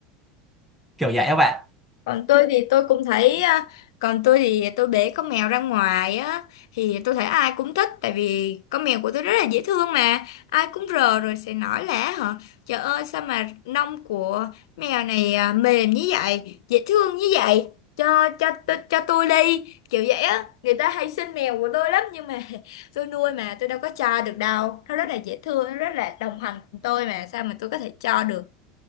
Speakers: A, in the centre; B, on the left.
A: kiểu vậy các bạn
B: còn tôi thì tôi cũng thấy à, còn tôi thì tôi bế con mèo ra ngoài á thì tôi thấy ai cũng thích tại vì con mèo của tôi rất là dễ thương mà ai cũng rờ rồi sẽ nói là hả trời ơi sao mà lông của mèo này à, mềm như vậy dễ thương như vậy cho cho tôi cho tôi đi kiểu vậy á người ta hay xin mèo của tôi lắm nhưng mà <laughs> tôi nuôi mà tôi đâu có cho được đâu nó rất là dễ thương nó rất là đồng hành cùng tôi mà sao mà tôi có thể cho được